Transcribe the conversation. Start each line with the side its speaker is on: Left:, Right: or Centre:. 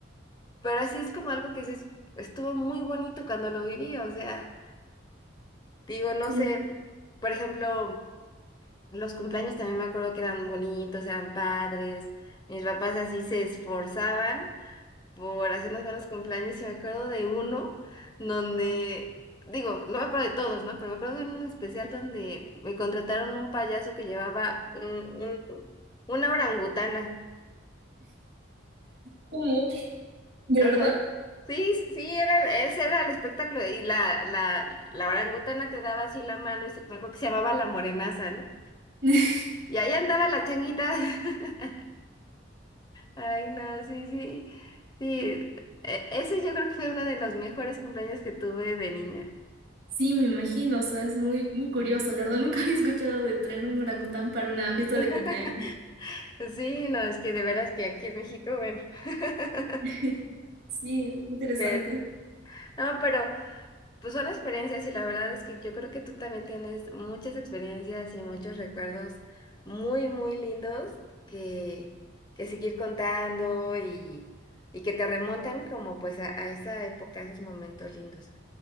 Left: pero así es como algo que dices, estuvo muy bonito cuando lo viví. O sea, digo, no
Right: Sí,
Left: sé, por ejemplo, los cumpleaños también me acuerdo que eran bonitos, eran padres. Mis papás así se esforzaban por hacernos ver los cumpleaños y me acuerdo de uno donde, digo, no me acuerdo de todos, ¿no? Pero me acuerdo de uno en especial donde me contrataron un payaso que llevaba un- un- una orangutana.
Right: ¿cómo? ¿De
Left: Ajá.
Right: verdad?
Left: Sí, sí, sí, era, ese era el espectáculo y la, la, la orangutana te daba así la mano y se- me acuerdo que se llamaba la morenaza, ¿no?
Right: <laughs>
Left: Y ahí andaba la changuita. <laughs> Ay, no, sí, sí, sí. E- Ese yo creo que fue uno de los mejores cumpleaños que tuve de niña.
Right: Sí, me imagino. O sea, es muy, muy curioso. La verdad, nunca había escuchado de traer un orangután para una fiesta
Left: <laughs>
Right: de cumpleaños.
Left: Sí, no, es que de veras que aquí en México, bueno. <laughs>
Right: <laughs> Sí, interesante.
Left: Pero, no, pero pues son experiencias y la verdad es que yo creo que tú también tienes muchas experiencias y muchos recuerdos muy, muy lindos que, que seguir contando y, y que te remontan como pues a, a esa época, a esos momentos lindos.